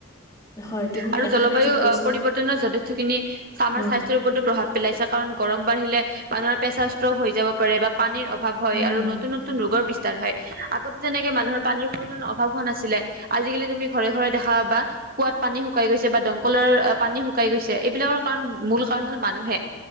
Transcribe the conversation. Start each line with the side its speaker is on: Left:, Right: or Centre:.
Left: হয় তুমি
Right: আৰু
Left: একেবাৰে
Right: জলবায়ু
Left: ঠিক কৈছা
Right: পৰিৱৰ্তনৰ যথেষ্টখিনি আমাৰ
Left: উম
Right: স্বাস্থ্যৰ ওপৰতো প্ৰভাৱ। পেলাইছে কাৰণ গৰম বাঢ়িলে মানুহৰ প্ৰেছাৰ ষ্ট্ৰ হৈ যাব পাৰে বা পানীৰ অভাৱ- হয়
Left: উম
Right: আৰু
Left: হম
Right: নতুন নতুন ৰোগৰ বি ৰ হয়। আগতে তেনেকে মানুহৰ পানীৰ কোনো ধৰণৰ অভাৱ হোৱা নাছিলে। আজিকালি তুমি ঘৰে ঘৰে দেখা পাবা কোৱাত। পানী শুকাই গৈছে বা দমকলৰ পানী শুকাই গৈছে এইবিলাকৰ কাৰণ মূল কাৰণ হল মানুহেই।